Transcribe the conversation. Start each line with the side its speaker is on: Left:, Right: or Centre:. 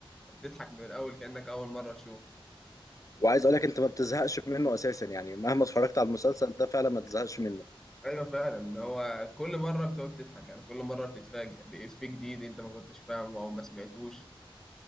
Centre: تضحك من الاول كأنك اول مرة تشوف
Left: وعايز اقول لك انت ما بتزهقش منه اساسا يعني مهما اتفرجت على المسلسل ده فعلا ما تزهقش منه
Centre: ايوه فعلا هو كل مرة بتقعد تضحك يعني كل مرة بتتفاجئ بإفيه جديد انت ما كنتش فاهمه او ما سمعتوش